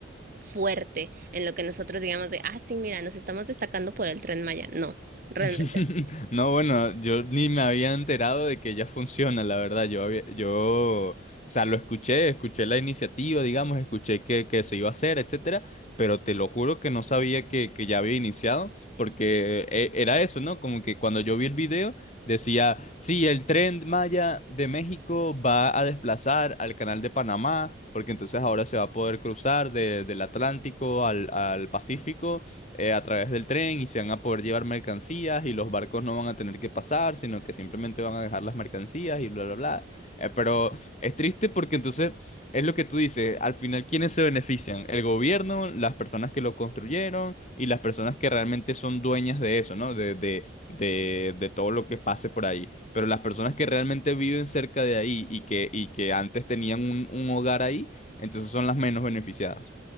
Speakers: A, on the right; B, on the left.
A: fuerte en lo que nosotros digamos de, ah, sí, mira, nos estamos destacando por el Tren Maya. No, realmente.
B: <laughs> No, bueno, yo ni me había enterado de que ya funciona, la verdad. Yo había, yo, o sea, lo escuché, escuché la iniciativa, digamos, escuché que, que se iba a hacer, etcétera, pero te lo juro que no sabía que, que ya había iniciado, porque eh, era eso, ¿no? Como que cuando yo vi el video decía, sí, el tren Maya de México va a desplazar al canal de Panamá, porque entonces ahora se va a poder cruzar de- del Atlántico al, al Pacífico eh, a través del tren y se van a poder llevar mercancías y los barcos no van a tener que pasar, sino que simplemente van a dejar las mercancías y bla, bla, bla. Eh, pero es triste porque entonces es lo que tú dices, al final, ¿quiénes se benefician? El gobierno, las personas que lo construyeron y las personas que realmente son dueñas de eso, ¿no? De, de, de, de todo lo que pase por ahí. Pero las personas que realmente viven cerca de ahí y que, y que antes tenían un un hogar ahí, entonces son las menos beneficiadas.